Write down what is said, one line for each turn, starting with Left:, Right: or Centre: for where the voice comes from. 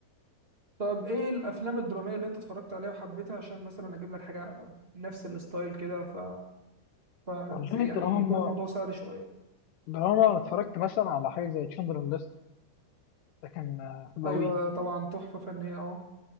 Right: طب ايه الافلام الدراميه اللي انت اتفرجت عليها وحبيتها عشان مثلا اجيب لك حاجه نفس الستايل كده ف... ف
Left: والله
Right: يعني
Left: الدراما
Right: يكون الموضوع سهل شويه
Left: ده انا اتفرجت مثلا على حاجه زي تشندرن ليست ده كان آه، حلو
Right: ايوه
Left: قوي
Right: طبعا تحفه فنيه اه